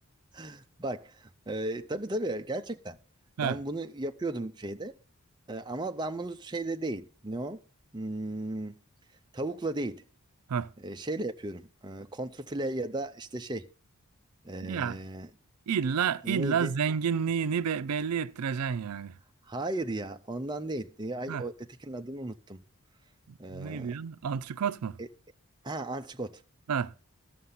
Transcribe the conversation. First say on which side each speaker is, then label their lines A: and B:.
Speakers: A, on the right (about 20°); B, on the right (about 85°).
A: <laughs> Bak. E, tabii tabii gerçekten.
B: Heh,
A: Ben bunu yapıyordum şeyde. E, ama ben bunu şeyde değil. Ne o? Hmm, tavukla değil.
B: heh.
A: E, şeyle yapıyorum. E, kontrfile ya da işte şey. E,
B: Ya illa
A: neydi?
B: illa zenginliğini be- belli ettireceksin yani.
A: Hayır ya ondan değil. Ee, ay,
B: Heh.
A: o, ötekinin adını unuttum. Ee,
B: Ne diyorsun? Antrikot mu?
A: e- ha antrikot.
B: Heh.